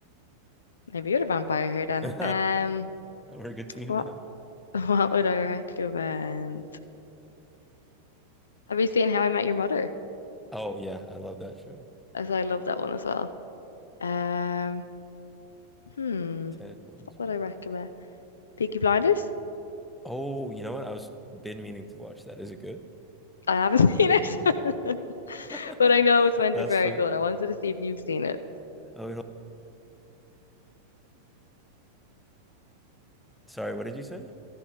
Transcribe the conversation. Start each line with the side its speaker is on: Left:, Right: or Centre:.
Left: Maybe you're the vampire here
Centre: <laughs>
Left: then.
Centre: We're
Left: Um
Centre: a good team
Left: what
Centre: now.
Left: <laughs> what would I recommend? Have you seen How I Met Your Mother?
Centre: Oh yeah, I love that show.
Left: As I love that one as well. Um hmm.
Centre: <laughs> Ted Mosby.
Left: What I recommend? Peaky Blinders?
Centre: Oh, you know what? I was been meaning to watch that. Is it good?
Left: I haven't seen it, <laughs>
Centre: <laughs>
Left: but I know it's meant
Centre: That's
Left: to be very
Centre: funny.
Left: good. I wanted to see if you've seen it.
Centre: Oh, wait, hold- sorry, what did you say?